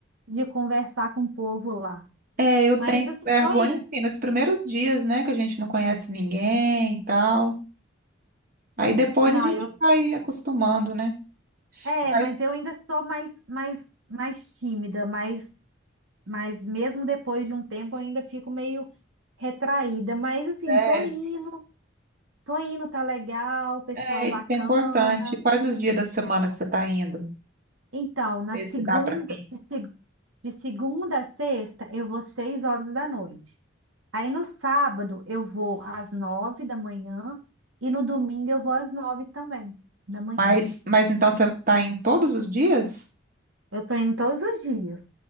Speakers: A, on the right; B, on the right.
A: de conversar com o povo lá.
B: É, eu
A: Mas
B: tenho
A: assim,
B: vergonha
A: tô indo.
B: assim nos primeiros dias, né, que a gente não conhece ninguém e tal. Aí depois
A: Não,
B: a gente
A: eu tô-
B: vai acostumando, né?
A: é,
B: Mas
A: mas eu ainda estou mais mais mais tímida, mais mas mesmo depois de um tempo eu ainda fico meio retraída, mas assim,
B: sério,
A: tô indo, tô indo, tá legal, pessoal
B: é,
A: bacana.
B: isso que é importante. Quais os dias da semana que você está indo?
A: Então, na
B: Ver
A: segunda,
B: se dá para mim.
A: de, se- de segunda a sexta, eu vou seis horas da noite. Aí no sábado eu vou às nove da manhã e no domingo eu vou às nove também da manhã.
B: Mas, mas então você está em todos os dias?
A: Eu tô indo todos os dias.